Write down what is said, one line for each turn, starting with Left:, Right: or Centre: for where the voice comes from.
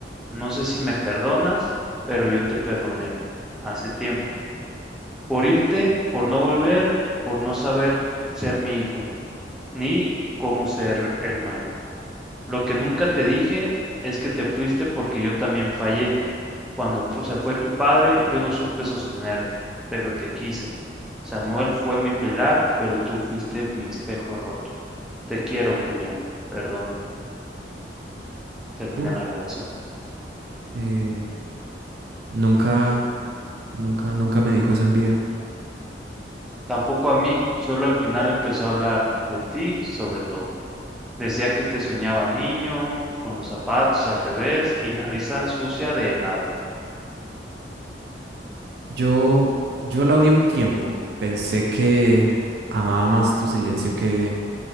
Centre: No sé si me perdonas, pero yo te perdoné hace tiempo. Por irte, por no volver, por no saber ser mi hijo. ni cómo ser hermano. Lo que nunca te dije es que te fuiste porque yo también fallé. Cuando fu- se fue tu padre, yo no supe sostenerte, pero te quise. Samuel fue mi pilar, pero tú fuiste mi espejo roto. Te quiero, Julián. Perdón, termina
Right: Uf.
Centre: la grabación.
Right: Eh, nunca, nunca, nunca me dijo eso en vida.
Centre: Tampoco a mí, solo al final empezó a hablar de ti, sobre todo. Decía que te soñaba niño, con los zapatos al revés y la risa sucia de helado.
Right: Yo, yo la odié un tiempo. Pensé que amaba más tu silencio que,